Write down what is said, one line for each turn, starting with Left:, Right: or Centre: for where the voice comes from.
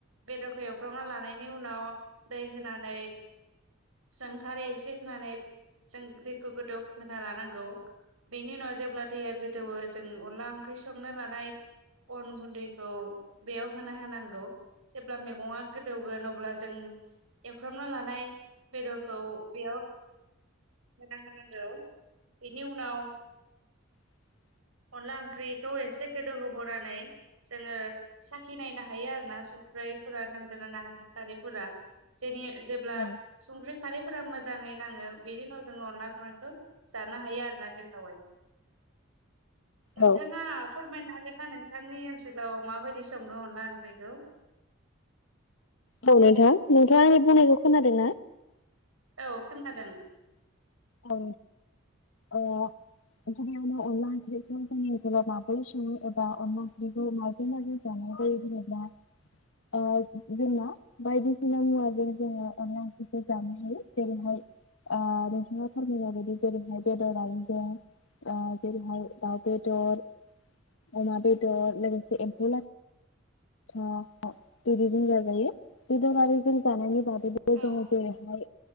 Right: बेदरखौ एवफ्रावना लानायनि उनाव दै होनानै जों खारै एसे होनानै जों दैखौ गोदौ होना लानांगौ बेनि उनाव जेब्ला दैया गोदौवो जों अनला ओंख्रि संनो लानाय अन गुन्दैखौ बेयाव होना होनांगौ जेब्ला मैगङा गोदौगोन अब्ला जों एवफ्रामना लानाय बेदरखौ बेयाव होना होनांगौ बेनि उनाव
Left: <inaudible>
Right: अनला ओंख्रिखौ एसे गोदौ होबोनानै जोंङो साखि नायनो हायो आरोना संख्रैफोरा नांदोंना नांङाखै खारैफोरा दिनै जेब्ला
Left: औ
Right: संख्रि खारैफोरा मोजांङै नांङो बेनि उनाव जोंङो अनला खांनायखौ जानो हायो आरोना गोथावै नोंथांङा
Left: औ
Right: फोरमायनो हागोन नोंथांङा नोंथांनि ओनसोलाव माबायदि संङो अनला ओंख्रिखौ
Left: औ नोंथां नोंथांङा आंनि बुंनायखौ खोनादों ना
Right: औ खोनादों
Left: औ ओ अनला ओंख्रिखौ जोंनि ओनसोलाव माबोरै संङो एबा माबोरै माबोरै जायो <unintelligible> ओ जोंला बायदिसिना मुवाजों जोंङो अनला ओंख्रिखौ जानो हायो जेरैहाय ओ <unintelligible> <unintelligible> <unintelligible> अमा बेदर लोगोसे एम्फौ लाथा <unintelligible> बेदरारि जों जानायनि बा बे
Right: औ
Left: जोंङो जेरैहाय